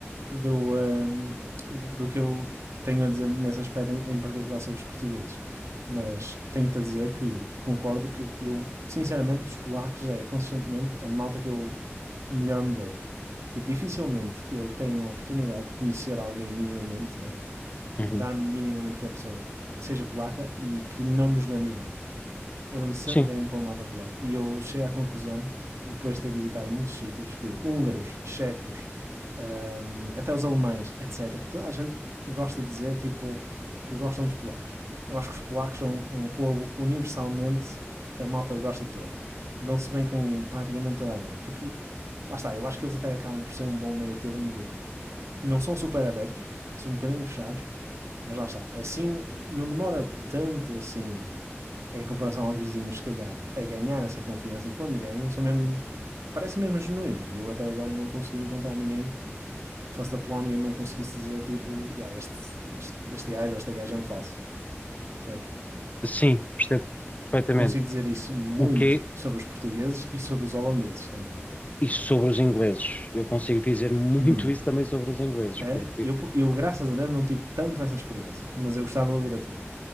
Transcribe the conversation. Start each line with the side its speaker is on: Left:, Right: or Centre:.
Right: do, hum, do que eu tenho a dizer nesse aspecto, em, em particular sobre os portugueses. Mas tenho-te a dizer que concordo que eu, sinceramente, dos polacos é consistentemente a malta que eu melhor me dou. Tipo, dificilmente eu tenho a oportunidade de conhecer alguém minimamente, não é?
Left: Uhum.
Right: Tipo, dar-me minimamente com a pessoa que seja polaca e que não nos demos bem eu dou-me sempre
Left: Sim,
Right: bem com a malta polaca. E eu chego à conclusão, depois de ter visitado muitos sítios, que húngaros, checos, hum, até os alemães, etc., toda a gente gosta de dizer tipo que gostam dos polacos. Eu acho que os polacos são um povo universalmente a malta gosta toda. Dão-se bem com praticamente toda a gente. Porque, lá está, eu acho que eles até acabam por ser um bom meio termo de. Não são super abertos, são um bocadinho fechados, mas lá está. Assim, não demora tanto assim em comparação aos vizinhos, se calhar, a ganhar essa confiança e quando ganham, são mesmo, parece mesmo genuína. E eu até agora não consegui encontrar ninguém que fosse da Polónia e não conseguisse dizer tipo, yeah, este, este, este gajo ou esta gaja é um falso, percebes?
Left: sim, percebo perfeitamente.
Right: Consigo dizer isso muito
Left: O que é
Right: sobre os portugueses e sobre os holandeses também.
Left: isso sobre os ingleses? Eu consigo dizer muito
Right: Hum.
Left: isso também sobre os ingleses, porque.
Right: É, eu, eu, graças a Deus, não tive tanto essa experiência, mas eu gostava de ouvir a tua.